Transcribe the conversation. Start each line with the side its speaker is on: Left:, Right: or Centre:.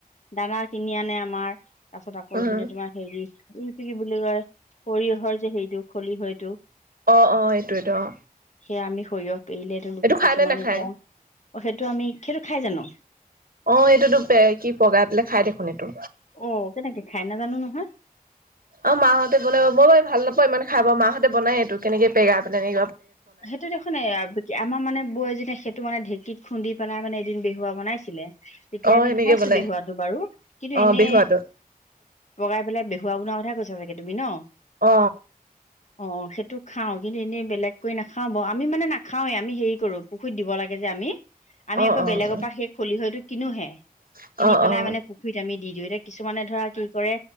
Left: দানা কিনি আনে আমাৰ তাৰপিছত আকৌ
Right: উম,
Left: এইপিনে তোমাৰ হেৰি এইটো কি বুলি কয় সৰিয়হৰ যে হেৰিটো খলিহৈটো।
Right: অ অ এইটোয়েটো অ।
Left: সেয়া আমি সৰিয়হ পেৰিলে এইটো কিছুমানে
Right: খাই নে নাখায়?
Left: এতিয়া অ সেইটো আমি সেইটো খাই জানো?
Right: অ এইটোতো পে কি পগাই পেলাই খাই দেখোন এইটো।
Left: অ কেনেকে খায় নাজানো নহয়?
Right: আমা মাহঁতে বনাই বাৰু মই বাৰু ভাল নাপাও ইমান খাই বাও মাহঁতে বনাই এইটো কেনেকে পেগা পেলাইনি
Left: সেইটো দেখোন নে আমাৰ মানে বৌ এজনীয়ে সেইটো মানে ঢেঁকীত খুন্দি পেলাই মানে দিন বেহুৱা বনাইছিলে তেতিয়া
Right: অ',
Left: আমি
Right: সেনেকে
Left: খাইছো
Right: বনাই
Left: বেহুৱাটো বাৰু কিন্তু
Right: অ',
Left: এনে
Right: বেহুৱাটো।
Left: পগাই পেলাই বেহুৱা বনোৱা কথাই কৈছা চাগে তুমি ন?
Right: অ।
Left: অ সেইটো খাওঁ কিন্তু এনেই বেলেগকৈ নাখাও বাও আমি মানে নাখাওৱে আমি হেৰি কৰো পুখুৰীত দিব লাগে যে আমি। আমি
Right: অ',
Left: আকৌ
Right: অ',
Left: বেলেগৰ পৰা সেই খলিহৈটো কিনোহে
Right: অ',
Left: কিনি পেলাই
Right: অ',
Left: মানে পুখুৰীত আমি দি দিওঁ এতিয়া কিছুমানে ধৰা কি কৰে?